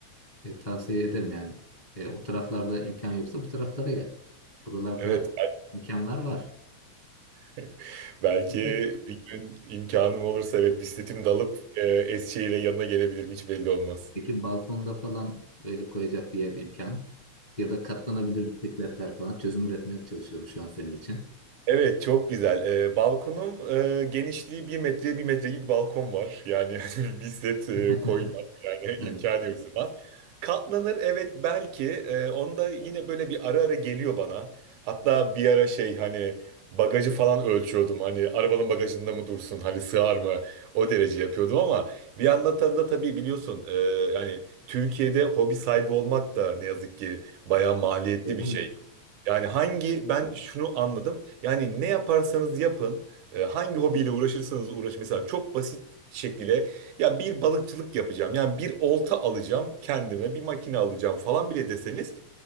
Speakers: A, on the left (about 25°); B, on the right (about 85°).
A: E, tavsiye ederim yani. E, o taraflarda imkan yoksa bu taraflara gel. Buralarda
B: Evet,
A: imkanlar var.
B: <laughs> belki
A: Biz
B: bir gün imkanım olursa evet bisikletimi de alıp e, Eskişehir'e yanına gelebilirim hiç belli olmaz.
A: Peki balkonda falan böyle koyacak bir yer imkan ya da katlanabilir bisikletler falan çözüm üretmeye çalışıyorum şu an senin için.
B: Evet çok güzel. Ee, balkonum e, genişliği bir metreye bir metre gibi bir balkon var. Yani <laughs> bir set e,
A: <laughs>
B: koyma yani <laughs> imkanı
A: Evet.
B: yok sığmaz. Katlanır evet belki. E, onda yine böyle bir ara ara geliyor bana. Hatta bir ara şey hani bagajı falan ölçüyordum. Hani arabanın bagajında mı dursun? Hani sığar mı? O derece yapıyordum ama bir yandan da tabii biliyorsun e, yani Türkiye'de hobi sahibi olmak da ne yazık ki bayağı maliyetli
A: Şey değil
B: bir şey.
A: mi?
B: Yani hangi ben şunu anladım. Yani ne yaparsanız yapın, e, hangi hobiyle uğraşırsanız uğraşın. Mesela çok basit şekilde ya bir balıkçılık yapacağım. Yani bir olta alacağım kendime, bir makine alacağım falan bile deseniz